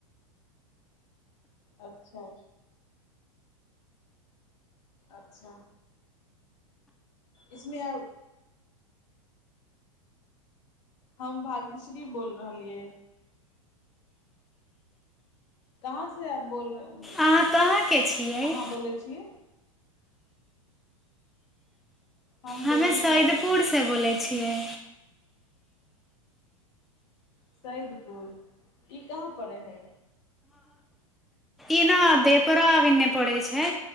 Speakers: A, on the left (about 55°); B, in the centre.
A: अच्छा अच्छा इसमे आ हम भाग्यश्री बोल रहलियै कहाँ से आप बोल रहे उम्म,
B: अहाँ कहाँके छियै
A: अहाँ बोलै छियै हम
B: हमे
A: बेगूसरायके
B: सैदपुरसँ बोलै छियै
A: सैदपुर ई कहाँ पड़ै हइ
B: ईना देडपरा आ नहि पड़े छै